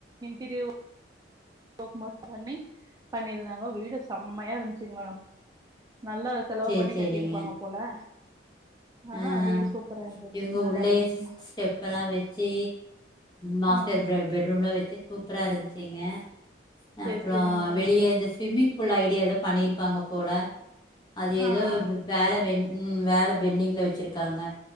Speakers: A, on the right; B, on the left.
A: இன்டீரியர் ஓ ம பண்ணி பண்ணிருந்தாங்க வீடு செம்மையா இருந்துச்சுங்க மேடம் நல்லா செலவு
B: சேரி
A: பண்ணி
B: சேரிங்க
A: கட்டியிருப்பாங்க போல ஆனா
B: ஆ ஆ
A: வீடு சூப்பரா இருந்துச்சு
B: இவங்க
A: நல்லா
B: உள்ளேயே
A: இருந்துச்சுங்களா
B: ஸ்டெப் எல்லாம் வச்சு மாஸ்டர்
A: ம்
B: பெட்ரூம்ல வச்சு சூப்பரா இருந்து ச்சீங்க
A: சேரி
B: அப்புறம்
A: சேரிங்க மேடம்
B: வெளியே இந்த ஸ்விம்மிங் பூல் ஐடியா ஏதான் பண்ணிரு ருப்பாங்க போல அது
A: ஆ
B: ஏதோ
A: ஆ
B: வேலை வேண்ட ம் வேலை பெண்டிங்ல வச்சிருக்காங்க